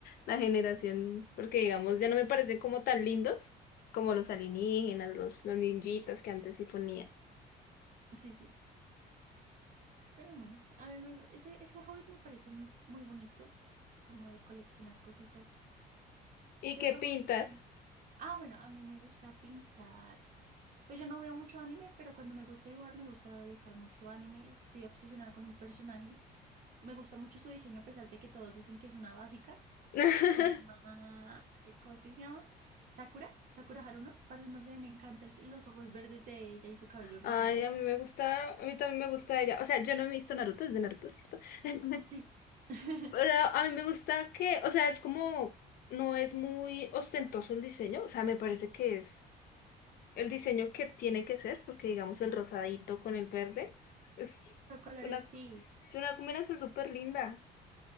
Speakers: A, on the left; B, on the right.
A: la generación, porque digamos, ya no me parecen como tan lindos como los alienígenas, los, los ninjitas que antes sí ponía.
B: <laughs> Sí, sí. Pero bueno, a mí me- ese, ese hobby me parece m- muy bonito, como de coleccionar cositas.
A: ¿Y
B: ¿Qué
A: qué
B: otro
A: pintas?
B: hobby tienes? Ah, bueno, a mí me gusta pintar. Pues yo no veo mucho anime, pero cuando me gusta dibujar, me gusta dibujar mucho anime. Estoy obsesionada con un personaje. Me gusta mucho su diseño, a pesar de que todos dicen que es una básica.
A: <laughs>
B: Se llama, eh, ¿cómo es que se llama? Sakura, Sakura Haruno. Parce, no sé, me encanta el- los ojos verdes de ella y su cabello rosita.
A: Ay, a mí me gusta, a mí también me gusta ella. O sea, yo no he visto Naruto, es de Naruto, ¿cierto? <laughs>
B: Sí. <laughs>
A: Pero a mí me gusta que, o sea, es como, no es muy ostentoso el diseño, o sea, me parece que es el diseño que tiene que ser, porque digamos el rosadito con el verde es
B: Con colores,
A: una,
B: sí.
A: es una combinación súper linda.